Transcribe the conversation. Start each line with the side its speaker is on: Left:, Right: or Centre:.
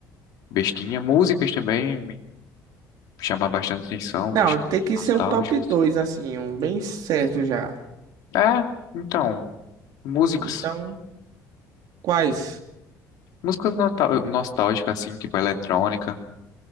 Left: bestinha. Músicas também me chamam bastante atenção,
Right: Não,
Left: músicas
Right: tem que
Left: nostálgicas.
Right: ser um top 2 assim, um bem certo já.
Left: É, então, músicas,
Right: Então, quais?
Left: músicas nostal- nostálgicas, assim, tipo, eletrônica.